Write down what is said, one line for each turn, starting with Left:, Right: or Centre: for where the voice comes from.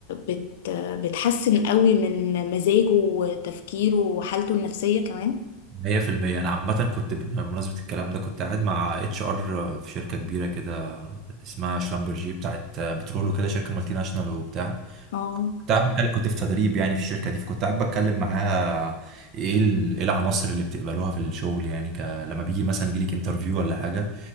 Left: بت بتحسن قوي من مزاجه وتفكيره وحالته النفسية كمان
Right: 100% انا عامه كنت ب- بمناسبه الكلام ده كنت قاعد مع اتش ار في شركه كبيره كده اسمها شلمبرجي بتاعت بترول وكده شركه مالتي ناشونال وبتاع
Left: اه
Right: كنت قاعد بتكلم كنت في تدريب يعني في الشركه دي فكنت قاعد بتكلم معاها ايه ال- ايه العناصر اللي بتقبلوها في الشغل يعني ك... لما بيجي مثلا يجي لك انترفيو ولا حاجه